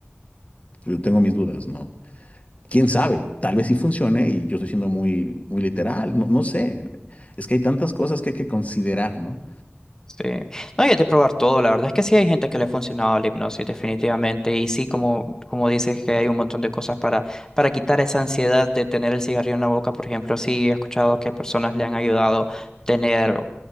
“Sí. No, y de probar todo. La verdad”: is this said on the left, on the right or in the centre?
Left